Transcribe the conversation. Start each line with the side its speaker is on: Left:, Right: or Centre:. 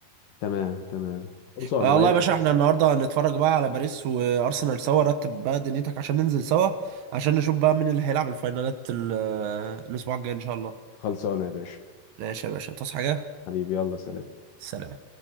Left: تمام تمام خلصانة
Right: آه
Left: بقى
Right: والله يا باشا احنا النهارده هنتفرج بقى على باريس وارسنال سوا رتب بقى دنيتك عشان ننزل سوا عشان نشوف بقى مين اللي هيلعب الفاينالات ال- الاسبوع الجاي ان شاء الله
Left: خلصانة يا باشا
Right: ماشي يا باشا تصحى حاجه
Left: حبيبي يلا سلام
Right: سلام